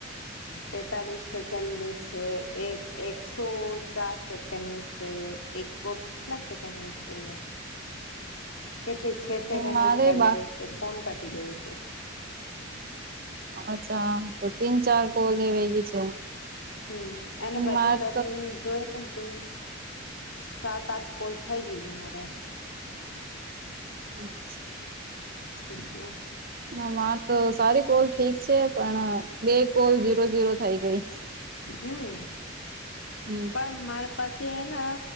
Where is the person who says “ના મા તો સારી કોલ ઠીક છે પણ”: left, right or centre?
Right